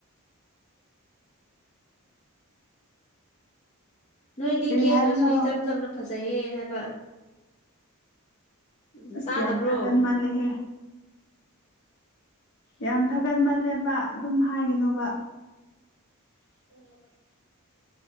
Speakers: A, on the left (about 30°); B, on the left (about 55°).
A: ꯅꯣꯏꯗꯤ
B: ꯀꯔꯤ
A: ꯀꯦꯗ꯭ꯔꯁꯨ
B: ꯍꯥꯏꯕꯅꯣ
A: ꯏꯆꯝ ꯆꯝꯅ ꯐꯖꯩꯌꯦ ꯍꯥꯏꯕ ꯎꯝ
B: ꯑꯁ
A: ꯇꯥꯗꯕ꯭ꯔꯣ
B: ꯌꯥꯝ ꯊꯥꯒꯠ ꯃꯜꯂꯦꯍꯦ ꯌꯥꯝ ꯊꯥꯒꯠꯃꯜꯂꯦꯕ ꯑꯗꯨꯝ ꯍꯥꯏꯒꯅꯣꯕ <inaudible>